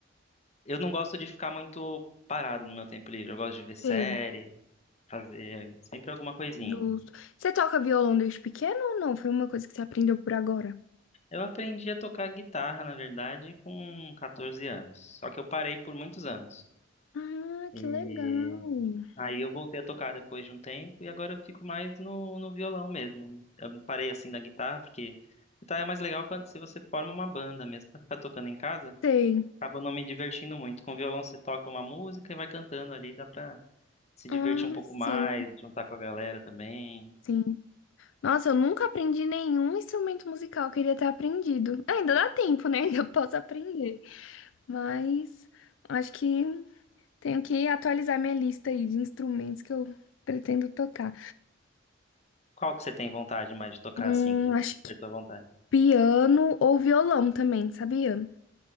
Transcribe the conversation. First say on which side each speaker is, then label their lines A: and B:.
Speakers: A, on the left; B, on the left.
A: eu não gosto de ficar muito parado no meu tempo livre. Eu gosto de ver série,
B: sei,
A: fazer sempre alguma coisinha.
B: justo. Você toca violão desde pequeno ou não? Foi uma coisa que você aprendeu por agora?
A: Eu aprendi a tocar guitarra, na verdade, com 14 anos, só que eu parei por muitos anos.
B: Ah,
A: E
B: que legal.
A: Aí eu voltei a tocar depois de um tempo e agora eu fico mais no, no violão mesmo. Eu parei assim da guitarra, porque guitarra é mais legal quando, se você forma uma banda mesmo. Pra ficar tocando em casa,
B: Sei.
A: acaba não me divertindo muito. Com violão você toca uma música e vai cantando ali, dá pra se
B: Ah,
A: divertir um pouco
B: sim,
A: mais, juntar com a galera também.
B: sim. Nossa, eu nunca aprendi nenhum instrumento musical, eu queria ter aprendido. Ah, Ainda dá tempo, né? <laughs> Ainda posso aprender. Mas acho que tenho que atualizar minha lista aí de instrumentos que eu pretendo tocar.
A: Qual que você tem vontade mais de tocar
B: Hum,
A: assim, que já
B: acho que
A: é tua vontade?
B: piano ou violão também, sabia?